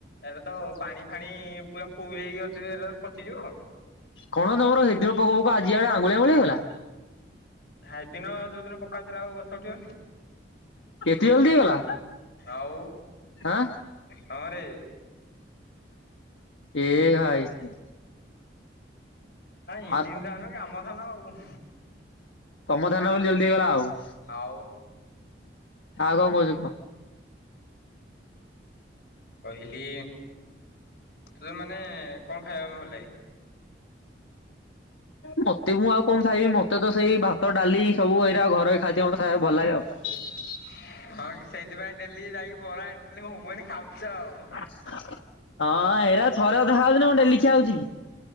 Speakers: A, on the left (about 65°); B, on the left (about 85°).
A: ଏରାତ ପାଣି ଖାଣି ପୁରା ଫୁଲ୍ ହେଇକି ଅଛି ଏରାତ ପଚିଯିବ
B: କଣ ତମର ହେଦିନ ପକଉ ପକଉ ଆଜି ଆଡ଼େ ଆଙ୍ଗୁଳି ଆଙ୍ଗୁଳି ହେଇଗଲା?
A: ହେଦିନ ଯୋଉଦିନ ପକା ହଉଥିଲା ଆଉ ଗଛ ଉଠିବନି।
B: କେତେ ଜଲ୍ଦି ହେଇଗଲା।
A: ଆଉ?
B: ଆଁ
A: ହଁରେ
B: ଏ ଭାଇ।
A: ନାଇଁ
B: ଆଉ
A: ଦିନ୍ ଯାଉନକି ଆମ ଧାନ ଆଉ।
B: ତମ ଧ୍ୟାନ ବୋଲି ଜଲ୍ଦି ହେଇଗଲା ଆଉ।
A: ଆଉ।
B: ଆଉ କଁ କହୁଚୁ କୁହ?
A: କହିଲି ତତେ ମାନେ କଁ ଖାଇବା ଭଲ ଲାଗେ?
B: ମତେ ମୁଁ ଆଉ କଁ ଖାଇବି ମ ମତେତ ସେଇ ଭାତ ଡ଼ାଲି ସବୁ ଏଇରା ଘରୋଇ ଖାଦ୍ୟ ମତେ ଖାଇବା ଭଲ ଲାଗେ ଆଉ।
A: ହଁ କି ସେଇଥିପାଇଁ ଡେଲି ଯାଇକି ବରା ଇଟିଲି ଘୁଗୁନି ଖାଉଚ ଆଉ।
B: ହଁ ହେରା ଥରେ ଅଧେ ଖାଉଚିନା କଁ ଡେଲି ଖାଉହଉଚିକି।